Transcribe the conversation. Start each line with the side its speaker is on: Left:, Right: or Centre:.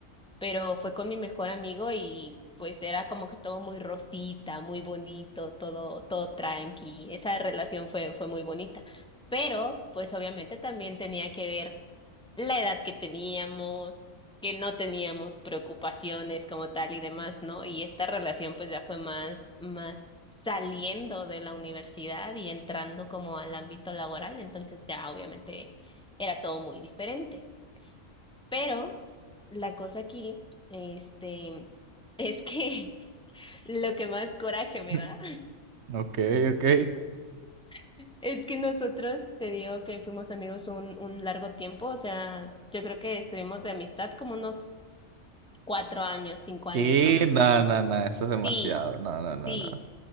Centre: pero fue con mi mejor amigo y pues era como que todo muy rosita, muy bonito, todo, todo tranqui. Esa relación fue, fue muy bonita. Pero, pues obviamente también tenía que ver la edad que teníamos, que no teníamos preocupaciones como tal y demás, ¿no? Y esta relación pues ya fue más, más saliendo de la universidad y entrando como al ámbito laboral, entonces ya obviamente era todo muy diferente. Pero la cosa aquí, este, es que <laughs> lo que más coraje me
Right: <laughs>
Centre: da
Right: Ok, ok.
Centre: <laughs> es que nosotros, te digo que fuimos amigos un, un largo tiempo, o sea, yo creo que estuvimos de amistad como unos cuatro años, cinco años
Right: ¿Qué?
Centre: más.
Right: No, no, no, eso es demasiado.
Centre: Sí,
Right: No, no, no,
Centre: sí.
Right: no.